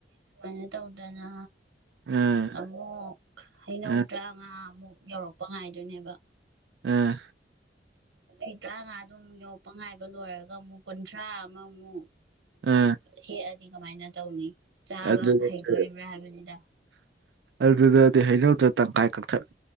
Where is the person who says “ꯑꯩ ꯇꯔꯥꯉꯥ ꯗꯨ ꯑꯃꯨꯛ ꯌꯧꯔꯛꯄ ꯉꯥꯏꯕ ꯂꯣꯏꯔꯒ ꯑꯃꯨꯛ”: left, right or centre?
Right